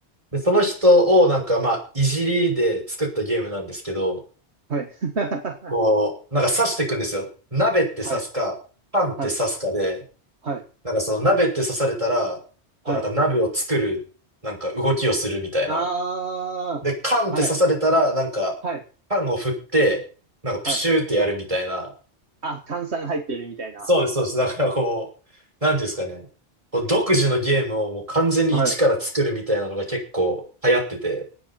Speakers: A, on the right; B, on the right.
A: で、その人をなんか、まあ、いじりで作ったゲームなんですけど、
B: はい。<laughs>
A: こう、なんか刺していくんですよ。鍋って刺すか、
B: はい。
A: パンって刺すかで、
B: はい。はい。
A: なんかその鍋って刺されたら、こうなんか鍋を作る、
B: はい。
A: なんか動きをするみたいな。
B: あー。
A: で、パンって刺されたら、
B: はい。
A: なんか、
B: はい。
A: パンを振って、なんかプシューってやるみたいな。
B: はい。あ、炭酸入ってるみたいな。
A: そうです、そうです。だからこう、なんていうんですかね。こう独自のゲームをもう完全に一から作るみたいなのが結構流行ってて、
B: はい。